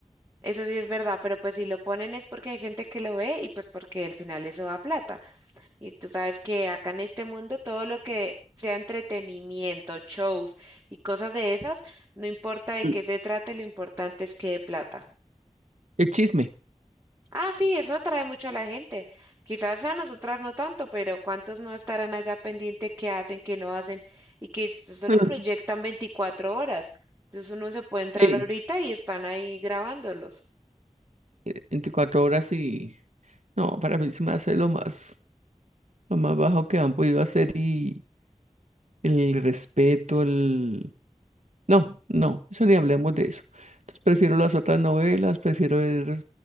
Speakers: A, on the right; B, on the right.
A: Eso sí es verdad, pero pues si lo ponen es porque hay gente que lo ve y pues porque al final eso da plata. Y tú sabes que acá en este mundo todo lo que sea entretenimiento, shows y cosas de esas, no importa de
B: Mm.
A: qué se trate, lo importante es que dé plata.
B: el chisme.
A: Ah, sí, eso atrae mucho a la gente. Quizás a nosotras no tanto, pero ¿cuántos no estarán allá pendiente qué hacen, qué no hacen y que s- solo
B: Mm.
A: proyectan 24 horas? Entonces uno se puede entrar
B: Sí.
A: ahorita y están ahí grabándolos.
B: eh, 24 horas y, no, para mí se me hace lo más, lo más bajo que han podido hacer y el respeto, el No, no, eso ni hablemos de eso. Entonces prefiero las otras novelas, prefiero ver